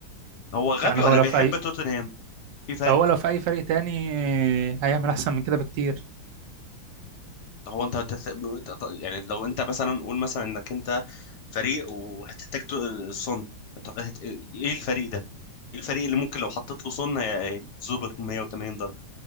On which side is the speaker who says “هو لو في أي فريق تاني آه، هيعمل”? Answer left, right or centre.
Right